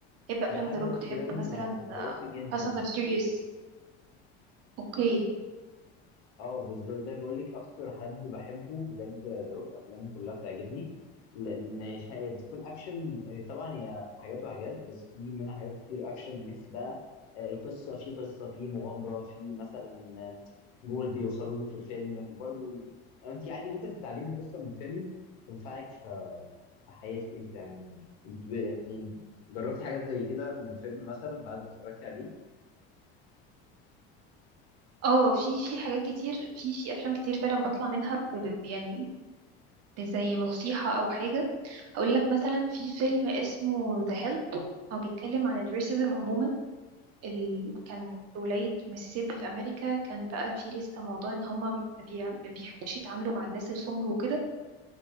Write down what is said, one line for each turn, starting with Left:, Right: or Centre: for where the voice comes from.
Right: بتحب افلام
Left: بحب
Right: ذا روك
Left: افلام
Right: بتحب مثلا
Left: ذا روك جدا
Right: فاست اند فيوريوس
Left: جدا
Right: اوكي
Left: اه بالظبط زي بقول لك اكتر حد بحبه بجد ذا روك افلامه كلها بتعجبني لان ش- هي بتكون اكشن آه، طبعا هي حاجات وحاجات بس في منها حاجات كتير اكشن ميكس بقى آه، القصه في قصه في مغامره في مثلا آه، جول بيوصلوا له في الفيلم وبرده انت عادي ممكن تتعلمي قصه من فيلم تنفعك في في حياتك انت عموما يعني انت ب- يعني جربتي حاجات زي كده من فيلم مثلا بعد ما اتفرجتي عليه
Right: اه في في حاجات كتير في في افلام كتير فعلا بطلع منها ب- ب- يعني زي نصيحه او حاجه اقول لك مثلا في فيلم اسمه ذا هيلب هو بيتكلم عن الريسيزم عموما ال... كان في ولاية ميسيسيبي في أمريكا كان بقى في لسه موضوع إن هما ما بيع- ما بيحبوش يتعاملوا مع الناس السمر وكده